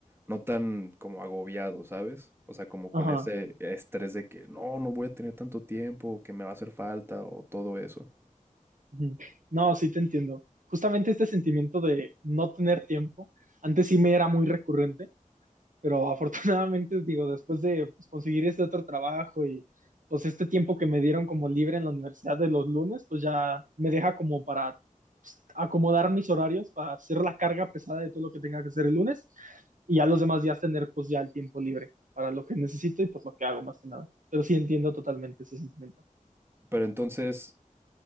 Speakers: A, on the right; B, on the right.
A: no tan como agobiado, ¿sabes? O sea, como
B: Ajá.
A: con ese estrés de que no, no voy a tener tanto tiempo, que me va a hacer falta o todo eso.
B: Ujú. No, sí te entiendo. Justamente este sentimiento de no tener tiempo, antes sí me era muy recurrente, pero <laughs> afortunadamente, digo, después de pues, conseguir este otro trabajo y pues este tiempo que me dieron como libre en la universidad de los lunes, pues ya me deja como para pues, acomodar mis horarios, para hacer la carga pesada de todo lo que tenga que hacer el lunes y ya los demás días tener pues ya el tiempo libre para lo que necesito y pues lo que hago más que nada. Pero sí entiendo totalmente ese sentimiento.
A: Pero entonces...